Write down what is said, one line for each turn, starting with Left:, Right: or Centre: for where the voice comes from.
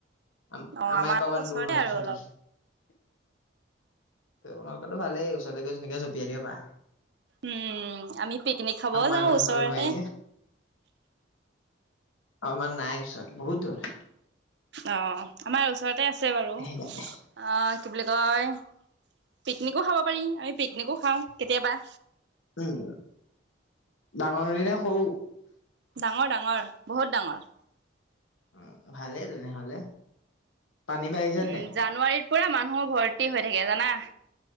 Left: আম
Right: অ
Left: আমাৰ এপা
Right: আকৌ
Left: অকণ
Right: ওচৰতে
Left: দূৰ হয়
Right: আৰু
Left: সাটি
Right: অলপ।
Left: তোমালোকৰটো ভালেই ওচৰতে গৈ ধুনিয়াকে জপিয়াই দিব পা
Right: উম আমি পিকনিক খাব
Left: আমাৰ
Right: যাও
Left: আকৌ
Right: ওচৰতে
Left: সেইকণ নোৱাৰি অমাৰ নাই ওচৰত বহুত দূৰ
Right: অ আমাৰ ওচৰতে আছে বাৰু
Left: সেইকাৰণে
Right: আ কি বুলি কয় পিকনিকো খাব পাৰি আমি পিকনিকো খাওঁ কেতিয়াবা
Left: উম ডাঙৰ নদী নে সৰু
Right: ডাঙৰ ডাঙৰ বহুত ডাঙৰ
Left: অ ভালেই তেনেহলে পানী বাঢ়িছে
Right: উম
Left: নাই?
Right: জানুৱাৰীত পুৰা মানুহৰ ভৰ্তি হৈ থাকে জানা